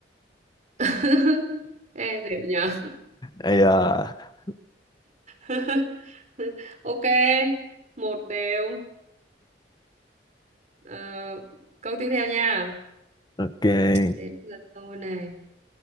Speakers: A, on the right; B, on the left.
A: <laughs> ê đều nhờ
B: Ây da,
A: <laughs> ok một đều Ờ, câu tiếp theo nha
B: ok
A: đến lượt tôi này